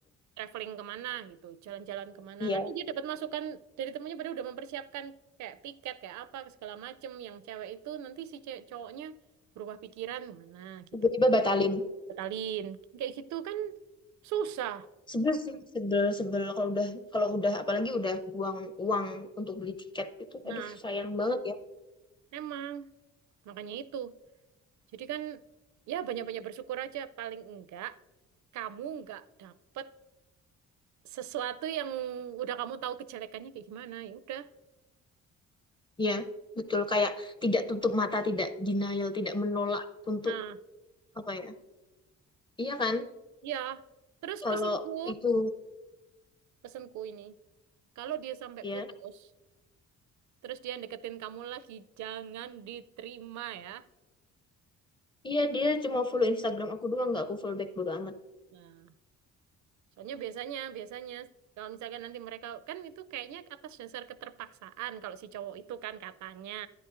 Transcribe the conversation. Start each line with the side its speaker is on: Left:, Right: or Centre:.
Right: traveling kemana gitu jalan-jalan kemana
Left: iya
Right: nanti dia dapat masukan dari temennya pada udah mempersiapkan kayak tiket kayak apa segala macem yang cewek itu nanti si cewek cowoknya berubah pikiran mana gitu
Left: tiba-tiba batalin
Right: batalin. Kayak gitu kan susah.
Left: Sebel sih, sebel, sebel kalau udah kalau udah apalagi udah buang uang untuk beli tiket itu
Right: Nah,
Left: aduh sayang banget ya.
Right: emang makanya itu. Jadi kan ya banyak-banyak bersyukur aja paling enggak kamu enggak dapet sesuatu yang udah kamu tahu kejelekannya kayak gimana ya udah.
Left: Iya, betul kayak tidak tutup mata, tidak denial, tidak menolak untuk
Right: Nah,
Left: apa ya? Iya kan?
Right: ya. Terus
Left: Kalau
Right: pesanku
Left: itu
Right: pesanku ini kalau dia sampai
Left: ya,
Right: putus, terus dia deketin kamu lagi jangan diterima ya.
Left: iya dia cuma follow Instagram aku doang nggak aku follow back bodo amat.
Right: Nah, Soalnya biasanya, biasanya kalau misalkan nanti mereka kan itu kayaknya atas dasar keterpaksaan kalau si cowok itu kan katanya.